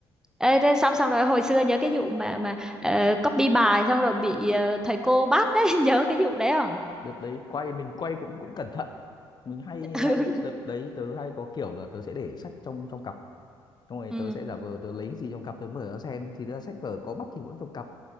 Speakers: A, in the centre; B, on the left (about 30°).
A: Ê, thế xong xong rồi hồi xưa nhớ cái vụ mà mà ờ, copy bài xong rồi bị ờ, thầy cô bắt đấy, <laughs> nhớ cái vụ đấy không?
B: đợt đấy quay mình quay cũng cũng cẩn thận mình hay
A: <laughs>
B: hay đợt đấy tớ hay có kiểu là tớ sẽ để sách trong trong cặp xong rồi
A: Ừ,
B: tớ sẽ giả vờ tớ lấy cái gì trong cặp tớ mở ra xem thì tớ sách vở có bắt thì vẫn trong cặp